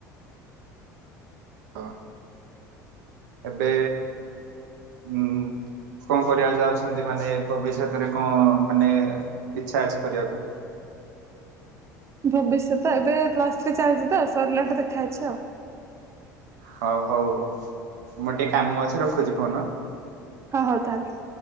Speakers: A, on the right; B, on the right.
A: ଓ ଏବେ ହୁଁ କଣ କରିବା ଯାଉଛନ୍ତି ମାନେ ଭବିଷ୍ୟତରେ କଣ ମାନେ ଇଛା ଅଛି କରିବାକୁ?
B: ଭବିଷ୍ୟତ ଏବେ ପ୍ଲସ ଥ୍ରୀ ଚାଲିଚି ତ ସରଲେ ଠୁ ଦେଖା ଅଛି ଆଉ।
A: ହଉ ହଉ ମୋର ଟିକେ କାମ ଅଛି ରଖୁଛି ଫୋନ।
B: ହଁ ହଉ ତାହାଲେ।